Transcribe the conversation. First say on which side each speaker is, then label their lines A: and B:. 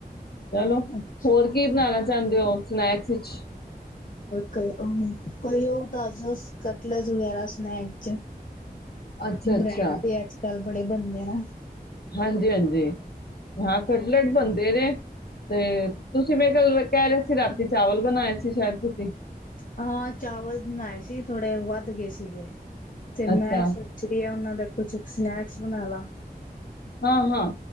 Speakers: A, on the left; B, on the left.
A: ਚਲੋ
B: ਅੱਛਾ
A: ਹੋਰ ਕੀ ਬਣਾਉਣਾ ਚਾਹੁੰਦੇ ਹੋ। ਸਨੈਕਸ ਵਿੱਚ।
B: ਕ ਹਂ ਕੋਈ ਹੋਰ ਦੱਸ ਦੋ ਲੇਸ ਵਗੈਰਾ ਸਨੈਕਸ ਚ।
A: ਅੱਛਾ ਅੱਛਾ
B: ਬ੍ਰੈਡ ਤੇ ਅੱਜ ਕੱਲ ਬੜੇ ਬਣਦੇ ਨੇ।
A: ਹਾਂਜੀ ਹਾਂਜੀ। ਹਾਂ ਕਟਲੇਟ ਬਣਦੇ ਨੇ। ਤੇ ਤੁਸੀਂ ਮੇਰੇ ਖੈਲ ਕਹਿ ਰਹੇ ਸੀ ਰਾਤੀ ਚਾਵਲ ਬਣਾਏ ਸੀ ਸ਼ਾਇਦ ਤੁਸੀ।
B: ਹਾਂ ਚਾਵਲ ਬਣਾਏ ਸੀ ਥੋੜੇ ਵੱਧ ਗਏ ਸੀਗੇ। ਤੇ
A: ਅੱਛਾ
B: ਮੈਂ ਸੋਚ ਰਹੀ ਆ ਉਹਨਾਂ ਦਾ ਕੁਛ ਸਨੈਕਸ ਬਣਾ ਲਾਂ।
A: ਹਾਂ ਹਾਂ